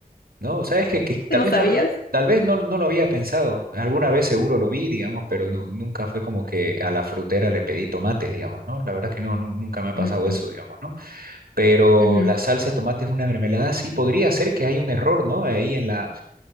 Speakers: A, on the right; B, on the left.
A: ¿no? Sabes que, que tal
B: ¿No
A: vez
B: sabías?
A: no, tal vez no, no lo había pensado. Alguna vez seguro lo vi, digamos, pero nu- nunca fue como que a la frutera le pedí tomates, digamos, ¿no? La verdad que no, nu- nunca me ha pasado
B: Ujú,
A: eso, digamos, ¿no? pero
B: ujú.
A: la salsa de tomate es una mermelada, sí, podría ser que hay un error, ¿no? Ahí en la,